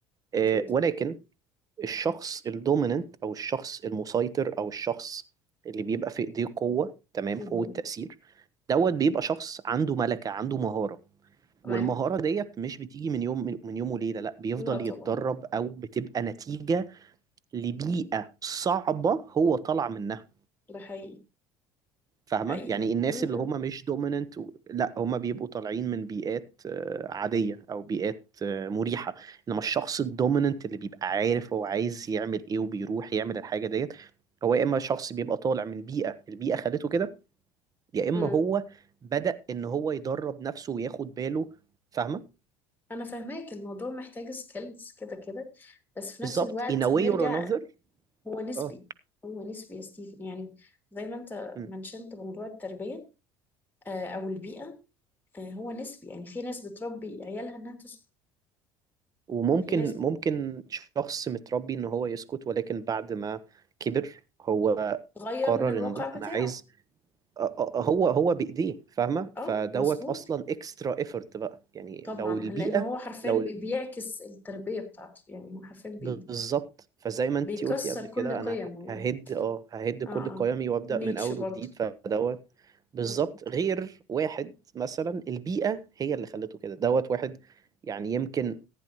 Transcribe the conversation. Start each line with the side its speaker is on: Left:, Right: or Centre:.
Left: اكيد
Right: آه، ولكن الشخص الدوميننت او الشخص المسيطر او الشخص اللي بيبقى في ايديه قوة تمام
Left: مهم.
Right: قوة تأثير دوت بيبقى شخص عنده ملكة عنده مهارة
Left: تمام
Right: والمهارة ديت مش بتيجي من يوم من يوم وليلة لا بيفضل
Left: لا طبعا
Right: يتدرب او بتبقى نتيجة لبيئة صعبة هو طلع منها
Left: ده حقيقي
Right: فاهمة؟
Left: حقيقي
Right: يعني الناس
Left: مم.
Right: اللي هم مش دوميننت و... لا هم بيبقوا طالعين من بيئات آه، عادية أو بيئات آه، مريحة إنما الشخص الدوميننت اللي بيبقى عارف هو عايز يعمل إيه وبيروح يعمل الحاجة ديت هو يا إما شخص بيبقى طالع من بيئة البيئة خلته كده يا إما
Left: مم.
Right: هو بدأ إن هو يدرب نفسه وياخد باله فاهمة؟
Left: انا فاهماك الموضوع محتاج سكيلز كده كده بس في نفس
Right: فبالظبط
Left: الوقت
Right: in a way
Left: نرجع
Right: or another
Left: هو نسبي
Right: اه
Left: هو نسبي يا ستيفن يعني زي ما انت
Right: إمم.
Left: منشنت موضوع التربية آه، او البيئة آه، هو نسبي يعني في ناس بتربي عيالها انها تسكت
Right: وممكن
Left: في ناس
Right: ممكن شخص متربي ان هو يسكت ولكن بعد ما كبر هو
Left: بتغير
Right: قرر
Left: من الواقع
Right: ان لا
Left: بتاعه
Right: انا عايز أ- أ- هو هو بايديه فاهمه
Left: اه
Right: فدوت
Left: مظبوط
Right: اصلا اكسترا ايفورت بقى يعني
Left: طبعا
Right: لو البيئه
Left: لان هو حرفيا
Right: لو ال-
Left: بي- بيعكس التربيه بتاعته يعني هو حرفيا بي
Right: بالظبط
Left: بي-
Right: فزي ما انتي
Left: بيكسر
Right: قلتي قبل
Left: كل
Right: كده
Left: قيمه
Right: انا
Left: يعني
Right: ههد اه ههد كل
Left: اه اه
Right: قيمي وابدا
Left: نيتشه
Right: من اول
Left: برضه
Right: وجديد فدوت بالظبط
Left: مظبوط.
Right: غير واحد مثلا البيئة هي اللي خلته كده دوت واحد يعني يمكن